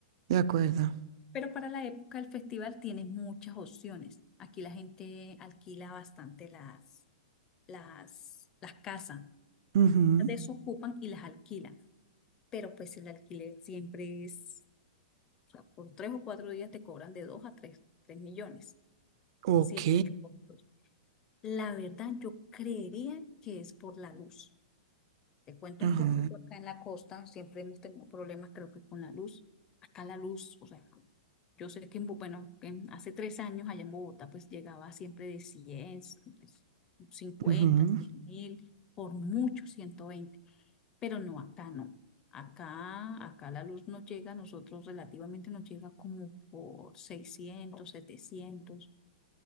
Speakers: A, on the right (about 40°); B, on the left (about 15°).
A: De acuerdo.
B: Pero para la época del festival tienes muchas opciones. Aquí la gente alquila bastante las, las, las casas,
A: Ujú.
B: las desocupan y las alquilan. Pero pues el alquiler siempre es, o sea, por tres o cuatro días te cobran de dos a tres, tres millones.
A: Ok.
B: siempre cortos. La verdad, yo creería que es por la luz. Te cuento
A: Ajá.
B: un poquito acá en la costa, siempre hemos tenido problemas, creo que con la luz. Acá la luz, o sea, yo sé que, en Bo- bueno, en- hace tres años allá en Bogotá, pues llegaba siempre de cien pues, 50,
A: Ujú.
B: 100 mil, por mucho ciento veinte pero no, acá no. Acá, acá la luz nos llega, a nosotros relativamente nos llega como por seiscientos setecientos